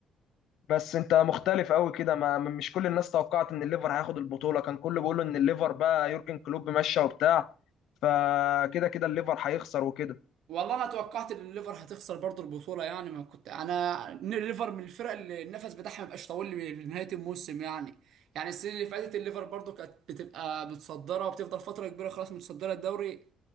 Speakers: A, on the left (about 80°); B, on the right (about 80°).
A: بس انت مختلف قوي كده ما مش كل الناس توقعت ان الليفر هياخد البطوله كان كله بيقول ان الليفر بقى يورجن كلوب ماشي وبتاع فكده كده الليفر هيخسر وكده
B: والله انا توقعت ان الليفر هتخسر برضه البطوله يعني ما كنت انا ان الليفر من الفرق اللي النفس بتاعها ما بيبقاش طويل لنهايه الموسم يعني يعني السنه اللي فاتت الليفر برضه كانت بتبقى متصدره وبتفضل فتره كبيره خلاص متصدره الدوري